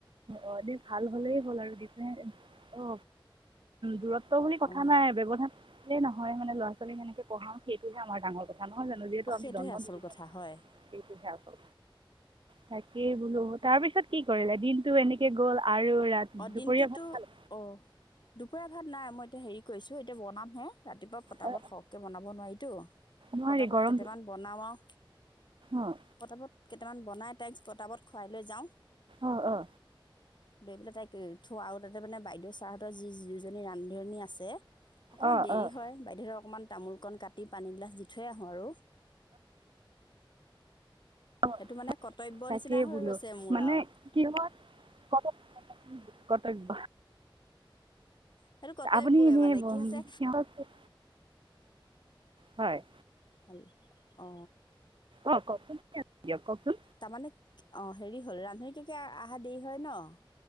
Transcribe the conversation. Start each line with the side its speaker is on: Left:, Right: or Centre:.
Right: অ দি ভাল হলেই হ'ল আৰু দি পিনে অ দূৰত বুলি কথা
Left: আৰু
Right: নাই ব্যৱধান। এ নহয় মানে'ৰা ছোৱালী যেনেক পঢ়াও সেইটোহে আমাৰ ডাঙৰ কথা নহয় জানো যিহেতু
Left: অঁ
Right: আমি
Left: সেইটোহে
Right: জন্ম
Left: আচল
Right: দি দিছে
Left: কথা হয়
Right: সেইটোহে আকৌ থ কি বোলো। তাৰ পিছত কি কৰিলে দিনটো এনেকে গ'ল আৰু ৰাতি
Left: অ
Right: দুপৰীয়া
Left: দিনটোতো
Right: ভাত খালে
Left: অ দু কুকুৰা ভাতাইই এয়া হেৰি কৰিছোঁ এতিয়া বনামহে ৰাতিপুৱা পতাপত
Right: অ,
Left: সহকে বনাব নোৱাৰি টো
Right: নোৱাৰি
Left: প্ৰতাপত
Right: গৰম
Left: কেইটামান বনাওঁ আৰু
Right: অঁ
Left: প্ৰতাপত কেইটামাননাই তাইক বটাবত খুৱাই লৈ যাওঁ
Right: অ অ
Left: বেবিলে তাই। থো আৰু তাতে মানে বাইদেউ চাহহঁতৰ যি যজনী ৰান্ধী আছে অকণমান
Right: অঁ
Left: দেৰি
Right: অঁ
Left: হয় বাইদেউৰ অকণমান তামোল কণ কাটি পানীগিলাছ দি থৈ আহোঁ আৰু।
Right: অ',
Left: সেইটো মানে কৰ্তব্য
Right: তাকেই
Left: নিচিনা হৈ
Right: বোলো,
Left: গৈছে মোৰ
Right: মানে
Left: আৰু
Right: কিহত কৰ্তব্য
Left: সেইটো কৰ্তব্যই
Right: আপুনি এনে
Left: মানে
Right: কিহত
Left: কি হৈছে
Right: হয়।
Left: হেল্ল, অ।
Right: অ', কক দিয়ক অ', কক চুন?
Left: তাৰমানে অ', হেৰি হ'ল ৰান্ধনী কেকে আহা দেৰি হয় ন?